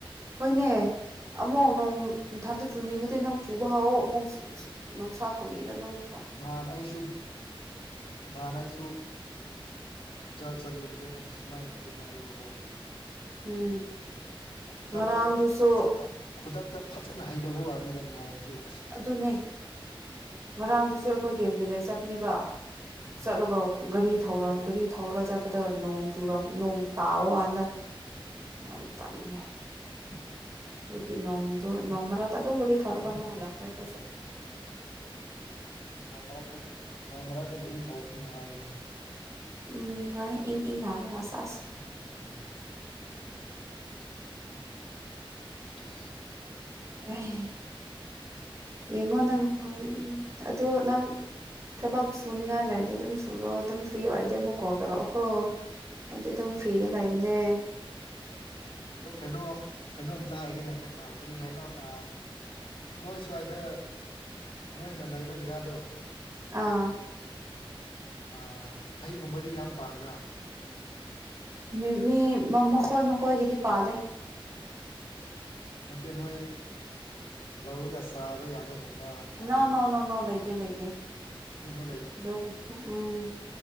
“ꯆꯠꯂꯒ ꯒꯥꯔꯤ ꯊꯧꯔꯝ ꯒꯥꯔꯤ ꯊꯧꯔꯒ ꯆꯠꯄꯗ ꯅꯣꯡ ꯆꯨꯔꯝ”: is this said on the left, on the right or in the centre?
Right